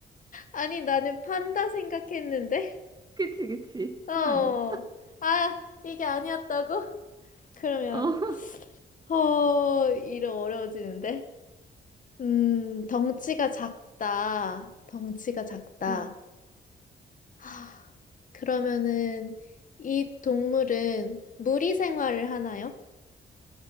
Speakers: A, on the left (about 45°); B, on the right (about 20°).
A: 아니, 나는 판다 생각했는데?
B: 그치, 그치.
A: 어,
B: 그거 아니야.
A: 아, 이게 아니었다고? 그러면,
B: <laughs> 어,
A: 어, 이름 어려워지는데? 음, 덩치가 작다. 덩치가 작다.
B: 어,
A: 하, 그러면은, 이 동물은 무리 생활을 하나요?